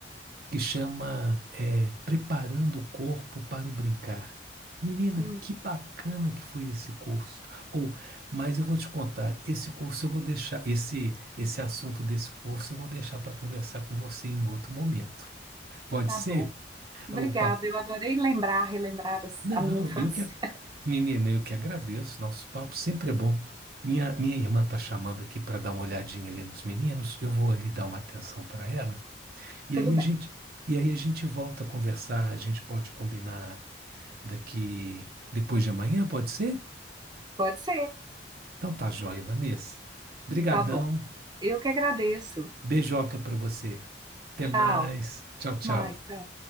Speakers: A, on the right (about 60°); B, on the right (about 25°).
A: que chama é, Preparando o Corpo para o Brincar. Menina,
B: Hum,
A: que bacana que foi esse curso. Ou, mas eu vou te contar, esse curso eu vou deixar, esse esse assunto desse curso eu vou deixar para conversar com você em outro momento. Pode
B: tá
A: ser?
B: bom. Obrigada.
A: O papo
B: Eu adorei lembrar, relembrar as-
A: Não,
B: a minha infância.
A: eu que. a- Menina, eu que agradeço. Nosso papo sempre é bom. Minha, minha irmã tá chamando aqui para dar uma olhadinha ali nos meninos. Eu vou ali dar uma atenção para ela. E
B: Tudo
A: aí a
B: bem.
A: gente, e aí a gente volta a conversar. A gente pode combinar daqui depois de amanhã, pode ser?
B: Pode ser.
A: Então tá joia, Vanessa. Brigadão.
B: Tá bom. Eu que agradeço.
A: Beijoca para você. Até
B: Tchau.
A: mais. Tchau, tchau.
B: Até mais. Tchau.